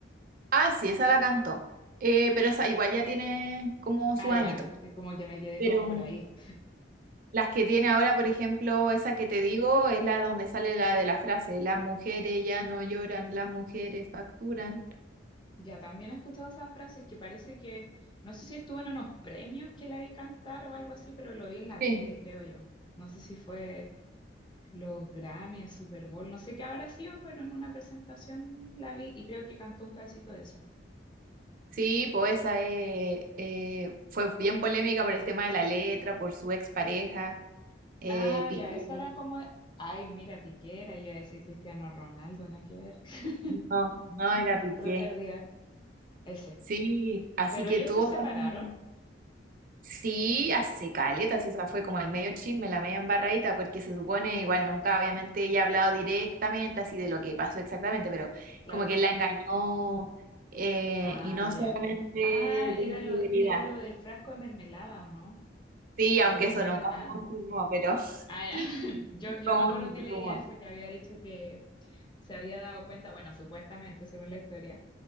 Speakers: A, on the right (about 50°); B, on the left (about 25°).
A: Ah, sí, esa la cantó. Eh, pero esa igual ya tiene como su
B: Ah,
A: añito.
B: ya, viste, como que me quedé
A: Pero
B: como por ahí.
A: las que tiene ahora, por ejemplo, esa que te digo, es la donde sale la de la frase, las mujeres ya no lloran, las mujeres facturan.
B: Ya, también he escuchado esas frases que parece que, no sé si estuvo en unos premios que la vi cantar o algo así, pero lo vi en la
A: Sí.
B: tele, creo yo. No sé si fue los Grammy, el Super Bowl, no sé qué habrá sido, pero en una presentación la vi y creo que cantó un pedacito de esa.
A: Sí, pues esa eh, eh, fue bien polémica por el tema de la letra, por su expareja, eh,
B: Ah,
A: Piqué.
B: ya, esa era como, ay, mira, Piquera, yo iba a decir Cristiano Ronaldo, nada que ver. <laughs>
A: No, no era Piqué.
B: Re perdida, ese.
A: Sí, así
B: Pero
A: que
B: ellos
A: tuvo
B: se separaron,
A: también. Sí, hace caleta, sí, esa fue como el medio chisme, la media embarradita, porque se supone, igual nunca obviamente ella ha hablado directamente así de lo que pasó exactamente, pero
B: claro.
A: como que la engañó eh,
B: Ah,
A: y no solamente
B: ya. Ah,
A: de
B: era
A: infidelidad.
B: lo, era lo del frasco de mermelada, ¿o no?
A: Sí,
B: O
A: aunque
B: ella
A: eso
B: no
A: nunca
B: era. Ah,
A: se confirmó, pero
B: ah,
A: <laughs>
B: ya. <laughs> Yo,
A: es
B: yo
A: como
B: me acuerdo
A: un
B: que leí
A: rumor.
B: eso, que había dicho que se había dado cuenta, bueno, supuestamente, según la historia